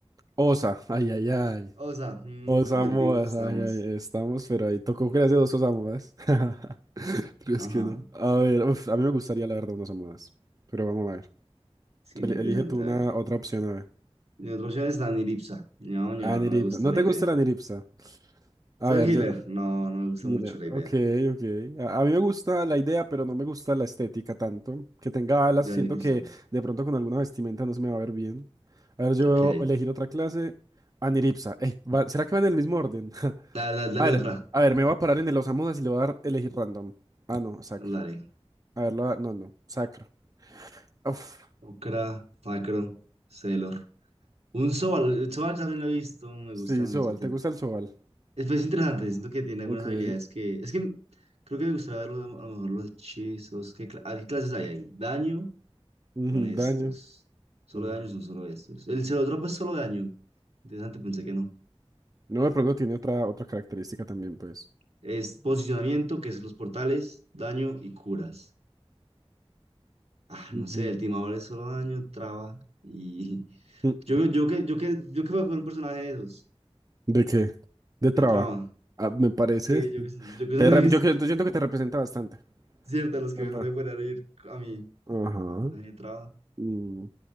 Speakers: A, on the right; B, on the right.
A: Osa, ay, ay, ay.
B: Osa, mm,
A: Osamoas,
B: competitivos estamos.
A: ay, ay, estamos, pero ahí tocó crearse dos Osamoas. <laughs> <laughs> Es
B: Ajá,
A: que no. A ver, uf, a mí me gustaría la verdad unas almohadas. Pero vamos a ver.
B: sí,
A: Tú eli-
B: sí, interesante,
A: elige tú una
B: a ver.
A: otra opción, a ver.
B: Mi otra opción es Danilipsa. No, no,
A: Aniripsa.
B: no me gusta
A: ¿No
B: la
A: te
B: idea.
A: gusta la aniripsa? A
B: Ser
A: ver,
B: healer,
A: yo.
B: no, no me gusta
A: Mira,
B: mucho la
A: Ok,
B: idea
A: ok. A, a mí me gusta la idea, pero no me gusta la estética tanto. Que tenga alas,
B: de
A: siento
B: Danilipsa.
A: que de pronto con alguna vestimenta no se me va a ver bien. A ver, yo
B: Ok,
A: elegir otra clase. Aniripsa. Ey, va- ¿será que va en el mismo orden? <laughs>
B: dale, dale, dale
A: A ver,
B: otra.
A: a ver, me voy a parar en el Osamudas y le voy a dar elegir random. Ah, no, sacro.
B: Dale.
A: A ver, lo, no, no, sacro. Uf.
B: Okra, Facro, Celor. Un Sobal, el Sobal también lo he visto, me
A: Sí,
B: gusta mucho.
A: Sobal, ¿te gusta el Sobal?
B: Es, es interesante, siento que tiene algunas
A: Ok.
B: habilidades que... Es que creo que me gustaría verlo, a lo mejor los hechizos. ¿Qué, cla- a ver, ¿qué clases hay ahí? ¿Daño?
A: Ujú,
B: Son estos.
A: daño.
B: Solo
A: Ujú.
B: daño son solo estos. El drop es solo daño. Interesante, pensé que no.
A: No, de pronto tiene otra, otra característica también, pues.
B: Es posicionamiento, que es los portales, daño y curas. Ah,
A: Ujú.
B: no sé, el timador es solo daño, traba y... <laughs>
A: Mm,
B: Yo, yo que, yo que, yo que voy a coger un personaje de esos,
A: ¿De qué? De
B: de
A: traba.
B: traba.
A: Ah, me parece.
B: Sí, yo que, son- yo que
A: Te
B: son de
A: rep-
B: mis,
A: yo, que- yo siento que te representa bastante,
B: ciertas, los
A: ¿verdad?
B: que mejor me podrían ir a mí.
A: Ajá.
B: Personaje de traba.
A: Mm,